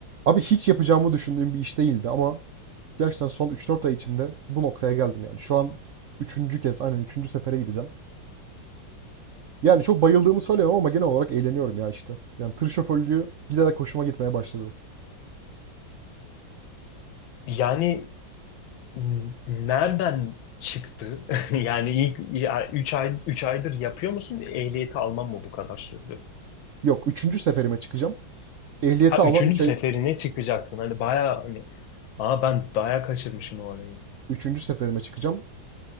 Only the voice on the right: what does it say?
Abi hiç yapacağımı düşündüğüm bir iş değildi ama gerçekten son üç dört ay içinde bu noktaya geldim yani. Şu an üçüncü kez, aynen üçüncü sefere gideceğim. Yani çok bayıldığımı söyleyemem ama genel olarak eğleniyorum ya işte. Yani tır şoförlüğü giderek hoşuma gitmeye başladı.
Yok üçüncü seferime çıkacağım. Ehliyeti
almam
3
ay
3. seferime çıkacağım.